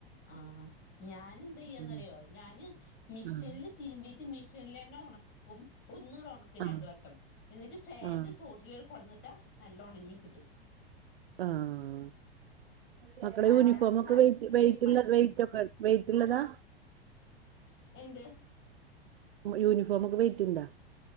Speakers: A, on the left; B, on the right.
A: ആഹ് ഞാൻ എന്ത് ചെയ്യാന്ന്റിയോ
B: ഉം
A: ഞാന് മിഷൻല്
B: ആഹ്
A: തിരുമ്പീട്ട് മിഷനില് തന്നെ ഉണക്കും ഒന്നൂട ഉണക്കും
B: ആഹ്
A: രണ്ടു വട്ടം എന്നിട്ട് ഫാന്റെ
B: ആഹ്
A: ചോട്ടില് കൊണ്ടന്നിട്ടാ നല്ല ഉണങ്ങി കിട്ടും
B: ആഹ് മക്കള
A: അല്ലാതെപ്പ
B: യൂണിഫോമൊക്ക
A: നടക്കില്ലേ
B: വെയിറ്റ് വെയ്റ്റുള്ള
A: ഈ മഴയത്ത്
B: വെറ്റ് ഒക്ക വെയിറ്റുള്ളതാ
A: എന്ത്
B: യൂണിഫോമൊക്കെ വെയ്റ്റുണ്ടാ